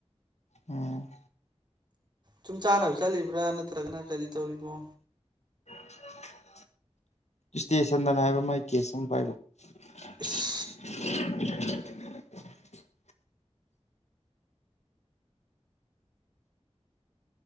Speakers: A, on the left; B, on the right.
A: ꯎꯝ
B: ꯁꯨꯝ ꯆꯥꯅꯕ ꯆꯠꯂꯤꯕ꯭ꯔꯥ ꯅꯠꯇ꯭ꯔꯒꯅ ꯀꯔꯤ ꯇꯧꯔꯤꯃꯣ
A: <unintelligible> ꯏꯁꯇꯦꯁꯟꯗꯅ ꯍꯥꯏꯕ ꯃꯒꯤ ꯀꯦꯁ ꯑꯃ ꯄꯥꯏꯕꯩ <unintelligible>
B: ꯏꯁ